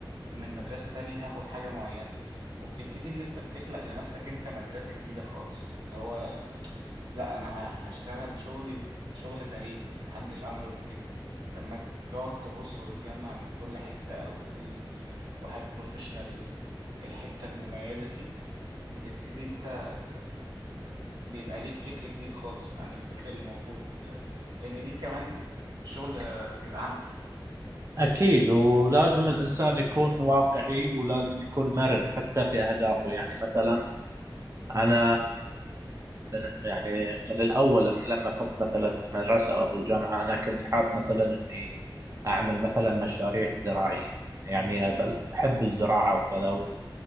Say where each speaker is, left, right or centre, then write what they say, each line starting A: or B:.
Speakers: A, on the right; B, on the right.
A: ومن مدرسة تانية هاخد حاجة معينة وبتبتدي اللي انت بتخلق لنفسك انت مدرسة جديدة خالص اللي هو لا انا ه- هشتغل شغلي شغل فريد محدش عمله قبل كده لما تقعد تبص وتجمع من كل حتة او كل واحد بروفيشنال الحتة المميزة فيه بتبتدي انت بيبقى ليك فكر جديد خالص عن الفكر اللي موجود آه، لأن دي كمان شغل آه، بيبقى عملي يعني
B: أكيد ولازم الإنسان يكون واقعي ولازم يكون مرن حتى في أهدافه يعني مثلا أنا من يعني من الأول من لما كنت مثلا في المدرسة أو في الجامعة أنا كنت حاب مثلا إني أعمل مثلا مشاريع زراعية يعني بل- أحب الزراعة وكذا